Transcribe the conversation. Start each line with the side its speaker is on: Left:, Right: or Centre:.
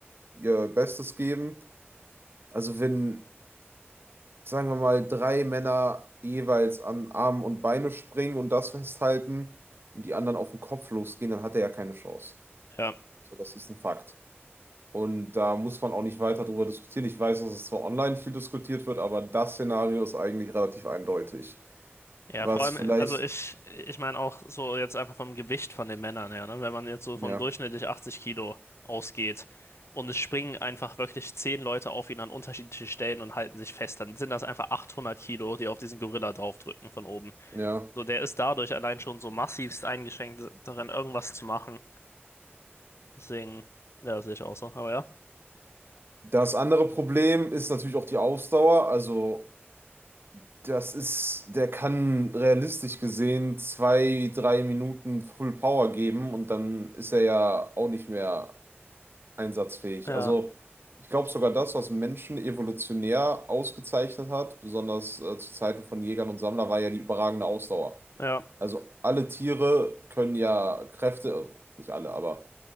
Right: ihr Bestes geben, also wenn sagen wir mal, drei Männer jeweils an Arme und Beine springen und das festhalten und die anderen auf den Kopf losgehen, dann hat er ja keine Chance.
Left: ja
Right: So, das ist ein Fakt. Und da muss man auch nicht weiter drüber diskutieren. Ich weiß, dass es zwar online viel diskutiert wird, aber das Szenario ist eigentlich relativ eindeutig.
Left: Ja,
Right: Was
Left: vor allem,
Right: vielleicht,
Left: also ich, ich meine auch so jetzt einfach vom Gewicht von den Männern her, ne? Wenn man jetzt so
Right: ja,
Left: von durchschnittlich 80 Kilo ausgeht und es springen einfach wirklich 10 Leute auf ihn an unterschiedliche Stellen und halten sich fest, dann sind das einfach 800 Kilo, die auf diesen Gorilla draufdrücken von oben.
Right: ja.
Left: So, der ist dadurch allein schon so massivst eingeschränkt darin, irgendwas zu machen. Deswegen, ja, sehe ich auch so. Aber ja,
Right: Das andere Problem ist natürlich auch die Ausdauer. Also Das ist, der kann realistisch gesehen zwei, drei Minuten Full Power geben und dann ist er ja auch nicht mehr einsatzfähig.
Left: ja,
Right: Also ich glaube sogar das, was Menschen evolutionär ausgezeichnet hat, besonders äh, zu Zeiten von Jägern und Sammlern, war ja die überragende Ausdauer.
Left: ja,
Right: Also alle Tiere können ja Kräfte, also nicht alle, aber